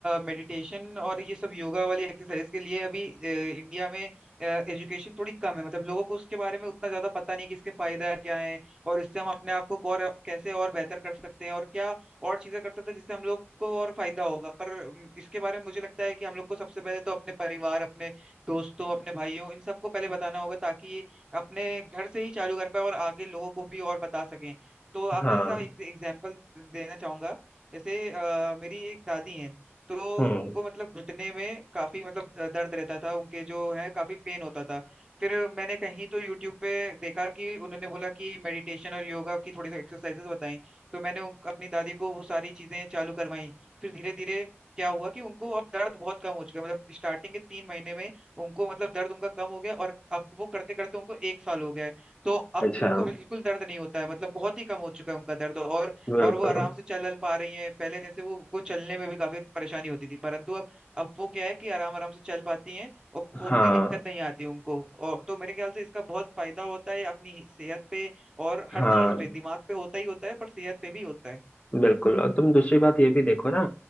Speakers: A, on the right; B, on the left.
A: मेडिटेशन और ये सब योगा वाली एक्सरसाइज के लिए अभी अ, इंडिया में एजुकेशन थोड़ी कम है मतलब लोगों को उसके बारे में उतना ज्यादा पता नहीं कि इसके फायदा क्या है और इससे हम अपने आप को और कैसे और बेहतर कर सकते हैं और क्या और चीजें कर सकते हैं जिससे हम लोग को और फायदा होगा पर अम, इसके बारे में मुझे लगता है कि हम लोग को सबसे पहले तो अपने परिवार अपने दोस्तों अपने भाइयों इन सबको पहले बताना होगा ताकि ये अपने घर से ही चालू कर पाए और आगे लोगों को भी और बता सकें तो आपने
B: हाँ
A: जैसा एग्जाम्पल देना चाहूंगा जैसे अ, मेरी एक दादी हैं तो
B: हम्म
A: उनको मतलब घुटने में काफी मतलब द- दर्द रहता था उनके जो है काफी पेन होता था फिर मैंने कहीं तो यूट्यूब पे देखा कि उन्होंने बोला कि मेडिटेशन और योगा की थोड़ी सी एक्सरसाइजेस बताई तो मैंने उन, अपनी दादी को वो सारी चीजें चालू करवाई फिर धीरे धीरे क्या हुआ कि उनको अब दर्द बहुत कम हो चुका है। मतलब स्टार्टिंग के तीन महीने में उनको मतलब दर्द उनका कम हो गया और अब वो करते करते उनको एक साल हो गया है तो अब
B: अच्छा
A: उनको बिल्कुल दर्द नहीं होता है मतलब बहुत ही कम हो चुका है उनका दर्द और
B: बिल्कुल
A: और वो आराम से चल पा रही हैं पहले जैसे वो उनको चलने में भी काफी परेशानी होती थी परंतु अब अब वो क्या है कि आराम आराम से चल पाती हैं और उतनी
B: हाँ
A: दिक्कत नहीं आती उनको और तो मेरे ख्याल से इसका बहुत फायदा होता है अपनी सेहत पे और हर
B: हाँ
A: चीज पे दिमाग पे होता ही होता है पर सेहत पे भी होता है
B: बिल्कुल और तुम दूसरी बात ये भी देखो ना